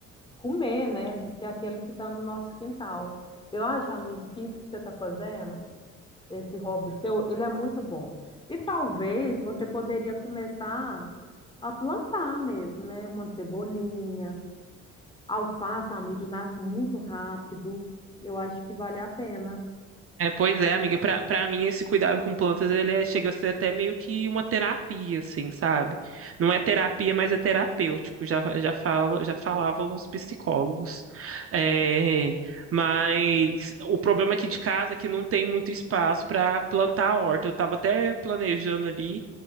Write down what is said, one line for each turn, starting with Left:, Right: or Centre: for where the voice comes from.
Left: comer, né, do que aquele que está no nosso quintal. Eu acho, amigo, que isso que você está fazendo, esse hobby seu, ele é muito bom. E talvez você poderia começar a plantar mesmo, né, uma cebolinha, alface, amigo, nasce muito rápido. Eu acho que vale a pena.
Right: É, pois é, amiga. Pra, pra mim, esse cuidado com plantas, ele é- chega a ser até meio que uma terapia, assim, sabe? Não é terapia, mas é terapêutico, já, já, fala, já falavam os psicólogos. É, mas o problema aqui de casa é que não tem muito espaço para plantar a horta. Eu tava até planejando ali,